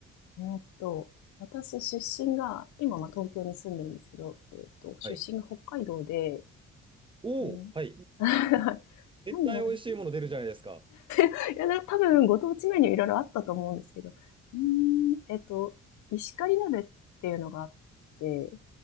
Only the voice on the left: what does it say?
えーっと私出身が今まあ東京に住んでるんですけど、えーっと出身が北海道で
うん。
<laughs>
何がいやな多分ご当地メニューいろいろあったと思うんですけどうーんえーっと石狩鍋っていうのがあって